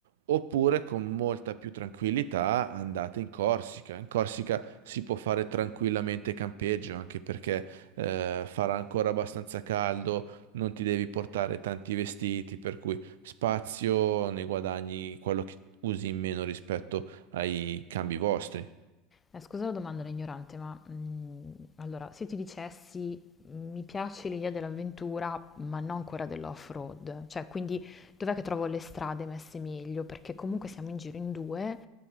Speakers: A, on the right; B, on the left.
A: oppure con molta più tranquillità andate in Corsica. In Corsica si può fare tranquillamente campeggio, anche perché eh, farà ancora abbastanza caldo, non ti devi portare tanti vestiti, per cui spazio ne guadagni quello che usi in meno rispetto ai cambi vostri.
B: Eh, scusa la domanda da ignorante, ma mm, allora, se ti dicessi mm, mi piace l'idea dell'avventura, ma non quella dell'off-road, cioè quindi dov'è che trovo le strade messe meglio? Perché comunque siamo in giro in due